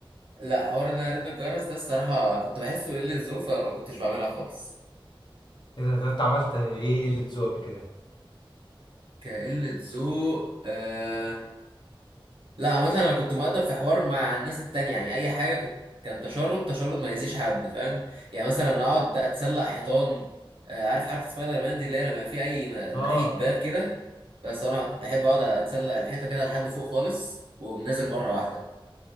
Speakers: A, on the right; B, on the left.
A: لا حوار ان انا رن الجرس ده الصراحه كنت بحسه قله ذوق فما كنتش بعملها خالص
B: ايه ده ده انت عملت ايه قلة ذوق قبل كده؟
A: كقله ذوق آه لا مثلا انا كنت مؤدب في حوار مع الناس التانية يعني اي حاجه كنت كان تشرد تشرد ما يأذيش حد فاهم يعني مثلا اقعد اتسلق حيطان آه، عارف حركه سبايدر مان دي اللي هي لما يبقى في اي م-
B: اه
A: ناحيه باب كده بس انا كنت احب اقعد اتسلق الحيطه كده لحد فوق خالص ومنزل مره واحده